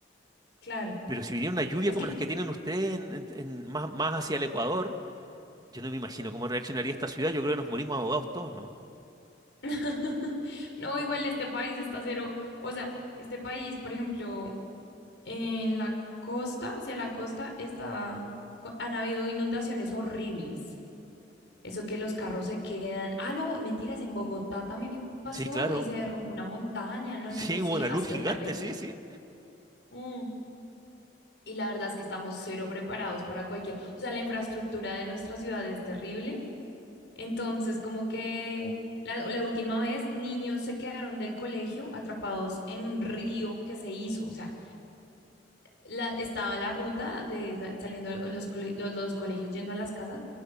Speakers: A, on the left (about 85°); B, on the right (about 20°).
A: claro.
B: Pero si viniera una lluvia
A: Es
B: como
A: que,
B: las que tienen ustedes en- en- en- más, más hacia el Ecuador, yo no me imagino cómo reaccionaría esta ciudad. Yo creo que nos morimos ahogados todos nomás.
A: <laughs> no, igual este país está cero. O sea, este país, por ejemplo, en la costa, hacia la costa, está, cu- han habido inundaciones horribles. Eso que los carros se quedan. Ah, no, mentiras, en Bogotá también pasó
B: Sí, claro.
A: y se derrumbó una montaña. No,
B: Sí,
A: no, no, sí,
B: hubo una
A: ha
B: luz
A: sido
B: gigante,
A: terrible.
B: sí, sí.
A: Mm. Y la verdad es que estamos cero preparados para cualquier. O sea, la infraestructura de nuestra ciudad es terrible. Entonces, como que la, la última vez, niños se quedaron del colegio atrapados en un río que se hizo. O sea, la, estaba la ruta de sa- saliendo los, cole- los, los colegios yendo a las casas